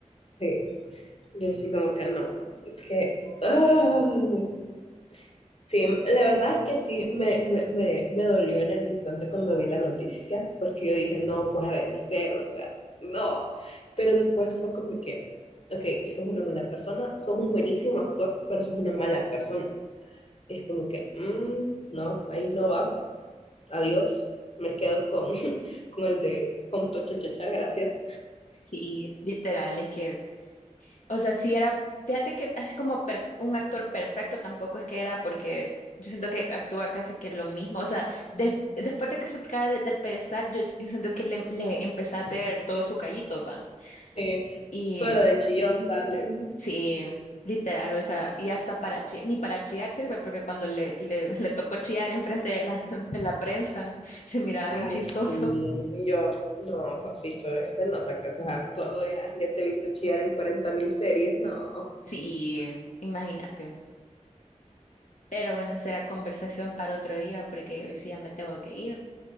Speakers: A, on the left; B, on the left.
A: Sí. Yo sí como que no, que... ay. Sí, la verdad es que sí, me, me, me, me dolió en el instante cuando vi la noticia, porque yo dije, no, pues ha de ser, o sea, no. Pero después fue como que, ok, sos una mala persona, sos un buenísimo actor, pero sos una mala persona. Es como que, mm, no, ahí no va, adiós, me quedo con, <laughs> con el de Home to Cha Cha Cha, gracias.
B: Sí. Literal, es que O sea, sí era, fíjate que así como perf- un actor perfecto tampoco es que era porque yo siento que actúa casi que lo mismo. O sea, de- después de que se cae de- del pedestal, yo, yo siento que le, le empecé a ver todos sus gallitos, van.
A: Sí,
B: Y
A: solo de chillón sale.
B: sí, literal, o sea, y hasta para chi- ni para chillar sirve, porque cuando le, le, le tocó chillar enfrente de la, <laughs> de la prensa, se miraba
A: Ay,
B: bien chistoso.
A: sí.
B: <laughs>
A: Y yo, no, papito, eh, se nota que eso has actuado ya. Ya te he visto chillar en 40 mil series. No,
B: Sí, imagínate. Pero bueno, será conversación para otro día, porque hoy sí ya me tengo que ir.